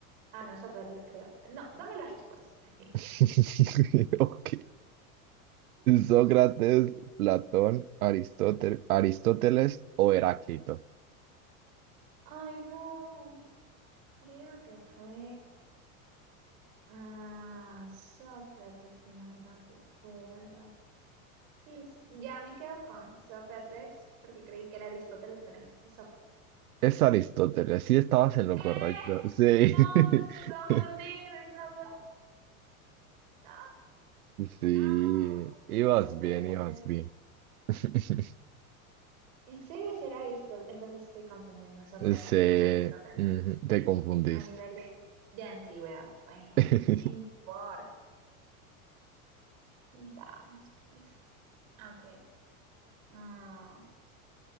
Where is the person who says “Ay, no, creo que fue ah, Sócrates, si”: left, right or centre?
Right